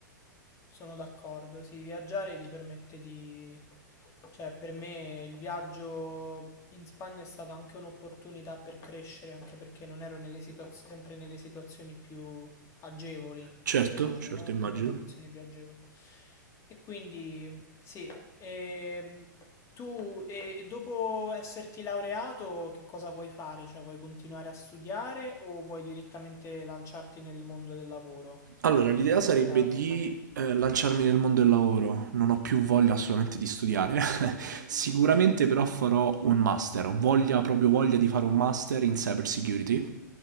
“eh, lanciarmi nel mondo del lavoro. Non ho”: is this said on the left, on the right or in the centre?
Right